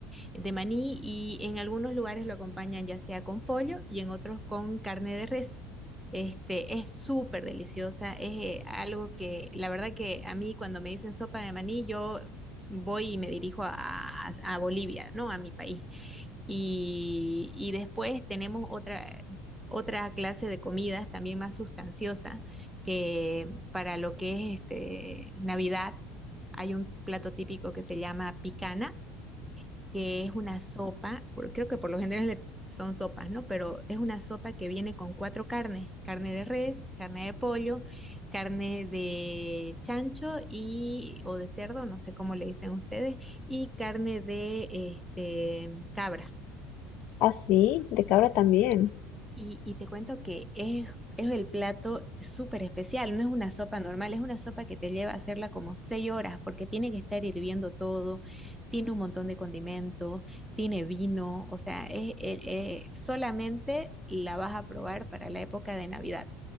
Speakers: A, in the centre; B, on the left.
A: de maní y en algunos lugares lo acompañan ya sea con pollo y en otros con carne de res. Este, es súper deliciosa, es eh, algo que la verdad que a mí cuando me dicen sopa de maní, yo voy y me dirijo a, a- a Bolivia, ¿no? A mi país. Y, y después tenemos otra, otra clase de comidas también más sustanciosa que para lo que es este, Navidad. Hay un plato típico que se llama picana, que es una sopa, por- creo que por lo general le- son sopas, ¿no? Pero es una sopa que viene con cuatro carnes, carne de res, carne de pollo, carne de chancho y o de cerdo, no sé cómo le dicen ustedes, y carne de este cabra.
B: así, de cabra también.
A: Y, y te cuento que es, es el plato súper especial, no es una sopa normal, es una sopa que te lleva a hacerla como seis horas porque tiene que estar hirviendo todo, tiene un montón de condimentos, tiene vino, o sea, es, es- es- solamente la vas a probar para la época de Navidad,